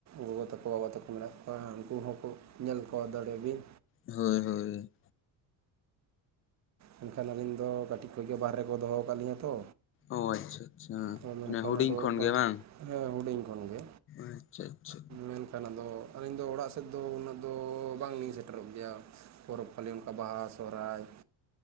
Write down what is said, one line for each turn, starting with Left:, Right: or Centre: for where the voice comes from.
Right: ᱜᱚᱜᱚ ᱛᱟᱠᱚ ᱵᱟᱵᱟ ᱛᱟᱠᱚ ᱢᱮᱱᱟᱜ ᱠᱚᱣᱟ᱾ ᱵᱟᱝ ᱩᱱᱠᱩ ᱦᱚᱸᱠᱚ ᱧᱮᱞ ᱠᱚᱣᱟ ᱫᱟᱲᱮᱭᱟ ᱵᱤᱱ
Left: ᱦᱳᱭ ᱦᱳᱭ ᱦᱳᱭ
Right: ᱢᱮᱱᱠᱷᱟᱱ ᱟᱹᱞᱤᱧ ᱫᱚ ᱠᱟᱴᱤᱡ ᱠᱷᱚᱡ ᱜᱮ ᱵᱟᱦᱨᱮ ᱠᱚ ᱫᱚᱦᱚᱣ ᱠᱟᱜ ᱞᱤᱧᱟᱹ ᱛᱚ᱾
Left: ᱚᱻ ᱟᱪᱪᱷᱟ ᱟᱪᱪᱷᱟ
Right: ᱛᱚ ᱢᱮᱱᱠᱷᱟᱱ
Left: ᱢᱟᱱᱮ ᱦᱩᱰᱤᱧ
Right: ᱟᱫᱚ
Left: ᱠᱷᱚᱱ ᱜᱮ ᱵᱟᱝ᱾
Right: ᱦᱮᱸ ᱦᱩᱰᱤᱧ ᱠᱷᱚᱱ ᱜᱮ᱾
Left: ᱟᱪᱪᱷᱟ ᱟᱪᱪᱷᱟ᱾
Right: ᱢᱮᱱᱠᱷᱟᱱ ᱟᱫᱚ ᱟᱹᱞᱤᱧ ᱫᱚ ᱚᱲᱟᱜ ᱥᱮᱫ ᱫᱚ ᱩᱱᱟᱹᱜ ᱫᱚ ᱵᱟᱝ ᱞᱤᱧ ᱥᱮᱴᱮᱨᱚᱜ ᱜᱮᱭᱟ᱾ ᱯᱚᱨᱚᱯ ᱯᱟᱞᱤ ᱚᱱᱠᱟ ᱵᱟᱦᱟ ᱥᱚᱨᱦᱟᱭ᱾